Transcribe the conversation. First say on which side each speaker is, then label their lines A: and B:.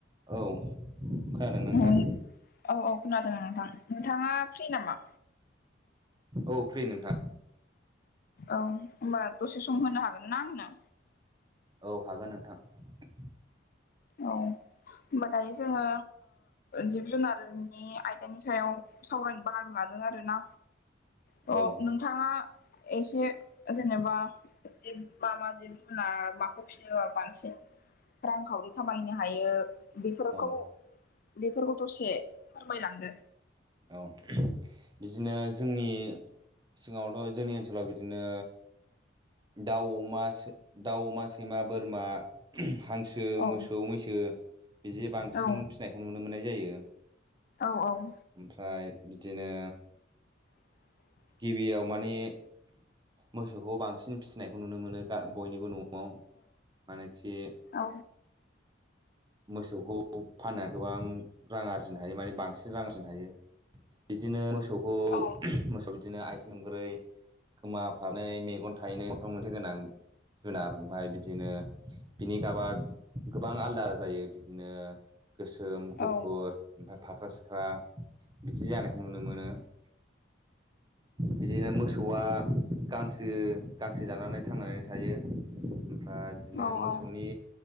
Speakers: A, on the right; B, on the left.
A: औ खोनादों नोंथां
B: ओं औ औ खोनादों नोंथां नोंथाङा फ्रि नामा?
A: औ फ्रि नोंथां।
B: औ होमबा दसे सम होनो हागोन ना आंनो?
A: औ हागोन नोंथां।
B: औ होमबा दायो जोङो जिब जुनारनि आयदानि सायाव सावरायनो बाहागो ला आरोना थ
A: औ
B: नोंथाङा एसे जेनेबा बे मा मा जिब जुनार माखौ फियोबा बांसिन रांखावरि खामायनो हायो बेफोरखौ
A: औ
B: बेफोरखौ दसे फोरमायलांदो
A: औ बिदिनो जोंनि सिगाङावथ' जोंनि ओनसोलाव बिदिनो दाउ अमा सै-दाउ अमा सैमा बोरमा हांसो
B: औ
A: मोसौ मैसो बिदि बांसिन
B: औ
A: फिसिनायखौ नुनो मोननाय जायो।
B: औ औ
A: ओमफ्राय बिदिनो
B: <inaudible>
A: गिबियाव माने मोसौखौ बांसिन फिसिनायखौ नुनो मोनो गा बयनिबो न'आव। आव मानोखि
B: औ
A: मोसौखौ फाननानै गोबां रां आरजिनो हायो माने बांसिन रां आरजिनो हायो। बिदिनो मोसौखौ मोसौआ
B: औ
A: मोसौ बिदिनो आथिं थोंब्रै। खोमा फारनै मेगन थायनै गन्थं मोनसे गोनां जुनार ओमफ्राय बिदिनो बिनि गाबा गोबां आलदा आलदा जायो बिदिनो गोसोम, गुफुर
B: औ
A: ओमफफ्राय फाख्रा-सिख्रा बिदि जानायखौ नुनो मोनो बिदिनो मोसौआ गांसो गांसो जानानै थांनानै थायो ओमफ्राय बिदिनो
B: औ
A: मोसौनि
B: औ